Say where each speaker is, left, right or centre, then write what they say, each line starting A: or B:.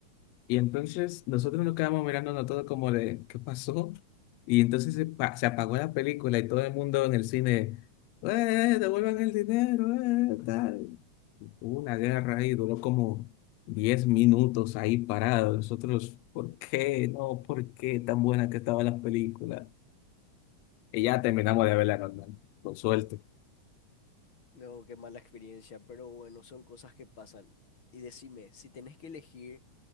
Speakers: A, on the left; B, on the left.
A: Y entonces nosotros nos quedamos mirándonos todo como de, ¿qué pasó? Y entonces se, pa- se apagó la película y todo el mundo en el cine, ¡eh, devuelvan el dinero, eh, tal! Hubo una guerra ahí, duró como 10 minutos ahí parado. Nosotros, ¿por qué? No, ¿por qué tan buena que estaba la película? Y ya terminamos de verla normal, con suerte.
B: No, qué mala experiencia, pero bueno, son cosas que pasan. Y decime, si tenés que elegir